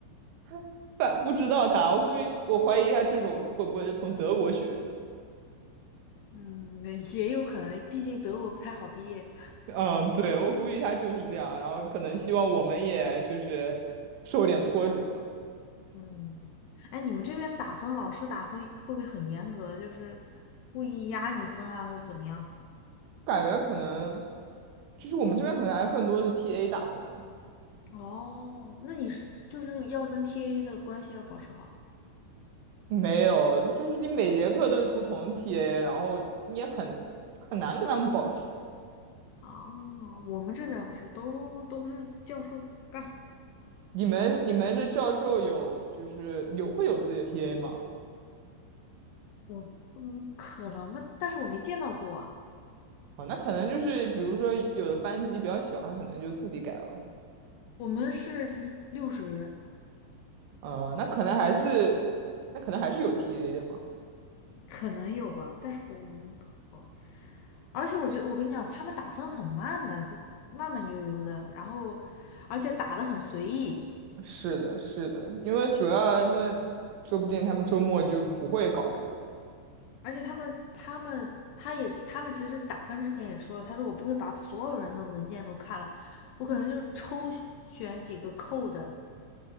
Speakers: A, on the right; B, on the left.
A: <laughs> 但不知道他，我估计我怀疑他这种会不会是从德国学的。
B: 嗯，也有可能，毕竟德国不太好毕业。
A: 嗯，对，我估计他就是这样，然后可能希望我们也就是受点挫折，
B: 嗯，哎，你们这边打分，老师打分会不会很严格？就是故意压你分啊，或者怎么样？
A: 感觉可能就是我们这边可能还更多是 TA 打分，
B: 哦，那你是就是要跟 TA 的关系要保持好
A: 没有，就是你每节课都是不同 TA，然后你也很很难跟他们保持。
B: 啊。我们这边不是都都是教授干，
A: 你们你们这教授有就是有会有自己的 TA 吗？
B: 我嗯可能吧，但是我没见到过啊。
A: 啊，那可能就是比如说有的班级比较小，他可能就自己改了。
B: 我们是六十个人，
A: 呃，那可能还是那可能还是有 TA 的吧。
B: 可能有吧，但是我我，而且我觉得我跟你讲，他们打分很慢的，这慢慢悠悠的，然后而且打的很随意，
A: 是的，是的，因为主要他们说不定他们周末就不会搞这种。
B: 而且他们他们他也他们其实打分之前也说了，他说我不会把所有人的文件都看了，我可能就抽选几个扣的，